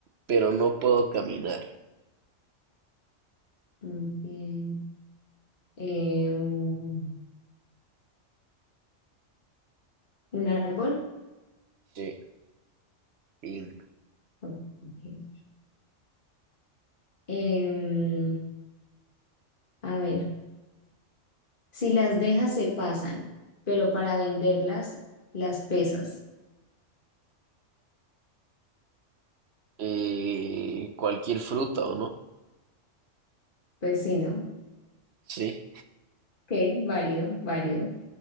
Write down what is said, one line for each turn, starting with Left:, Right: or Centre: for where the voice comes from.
Right: pero no puedo caminar.
Left: Muy Bien. Em, un árbol.
Right: Sí. Y,
Left: Ok. ok. Em, a ver. Si las dejas se pasan, pero para venderlas las pesas.
Right: eh, cualquier fruta, ¿o no?
Left: Pues sí, ¿no?
Right: Sí.
Left: Ok, válido, válido.